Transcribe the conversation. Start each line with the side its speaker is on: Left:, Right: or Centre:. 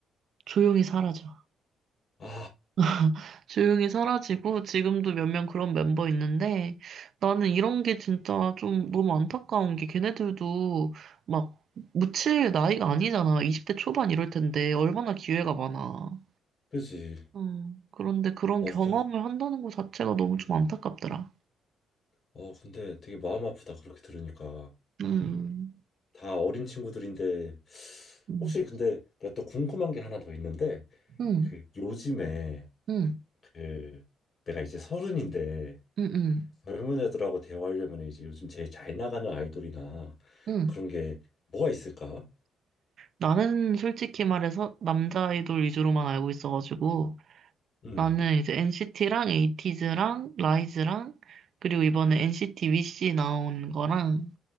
Right: 조용히 사라져.
Left: 아,
Right: <laughs> 조용히 사라지고 지금도 몇 명 그런 멤버 있는데 나는 이런 게 진짜 좀 너무 안타까운 게 걔네들도 막 묻힐 나이가 아니잖아. 20대 초반 이럴 텐데 얼마나 기회가 많아.
Left: 그지.
Right: 음, 그런데 그런
Left: 어,
Right: 경험을
Left: 그,
Right: 한다는 것 자체가 너무 좀 안타깝더라.
Left: 어, 근데 되게 마음 아프다. 그렇게 들으니까.
Right: 음,
Left: 다 어린 친구들인데,
Right: 음,
Left: 혹시 근데 내가 또 궁금한 게 하나 더 있는데,
Right: 음,
Left: 그 요즘에
Right: 음,
Left: 그 내가 이제 서른인데,
Right: 음, 음.
Left: 젊은 애들하고 대화하려면 이제 요즘 제일 잘 나가는 아이돌이나
Right: 음.
Left: 그런 게 뭐가 있을까?
Right: 나는 솔직히 말해서 남자 아이돌 위주로만 알고 있어가지고
Left: 음,
Right: 나는 이제 NCT랑 에이티즈랑 라이즈랑 그리고 이번에 NCT 위시 나온 거랑